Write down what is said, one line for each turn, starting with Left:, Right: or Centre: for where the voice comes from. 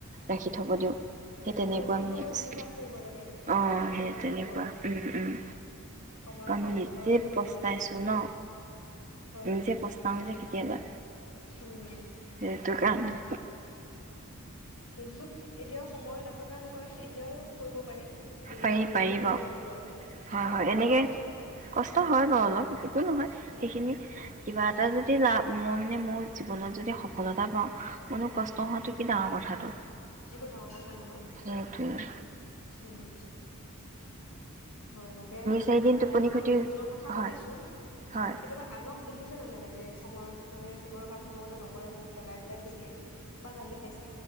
Right: ৰাখি থ'ব দিয়ক, সেই তেনেকুৱা
Left: যি
Right: মানে
Left: সময়ত
Right: হৈছিল
Left: যি কাম কৰিব লাগে
Right: অ'
Left: সেইটো শিকাব
Right: সেই তেনেকুৱা
Left: লাগিব আৰু
Right: উম' উম'।
Left: সময়ৰ
Right: কাৰণ
Left: কাম
Right: মই নিজে
Left: সময়মতে কৰিব
Right: পস্তাইছোঁ
Left: লাগিব
Right: ন,
Left: হয়
Right: নিজে পস্তাওঁ যে কেতিয়াবা
Left: উম
Right: সেইটো কাৰণে।
Left: ইনফেক্ট এতিয়াও সময় নথকা নহয়। এই এতিয়াও কৰিব পাৰি নিজক
Right: পাৰি
Left: সংশোধন
Right: পাৰি বাৰ
Left: কৰিব লাগিব আৰু
Right: হয়
Left: অলপ
Right: হয়
Left: কষ্ট
Right: এনেকে
Left: হব
Right: কষ্ট হয় বাৰু অলপ একো নহয়
Left: উম
Right: সেইখিনি
Left: উম
Right: কিবা এটা যদি লাভ মই মানে মোৰ জীৱনত যদি সফলতা পাওঁ মানো কষ্ট
Left: উম
Right: হোৱাটো কি ডাঙৰ কথাটো
Left: একো ডাঙৰ কথা নহয়
Right: সেইটোৱেই
Left: উম হয় তাকে
Right: চাৰিদিন
Left: অ
Right: টোপনি
Left: বাৰু
Right: ক্ষতি
Left: নিজৰ কথা পাতিছো
Right: হয় হয়
Left: কেতিয়াবা আনক দেখিছে ননেনেকে সময় মানে সময়ৰ কাম সময় মতে নকৰে বহুত পেলাই পেলাই থৈ দিয়ে বা গালি খাইছে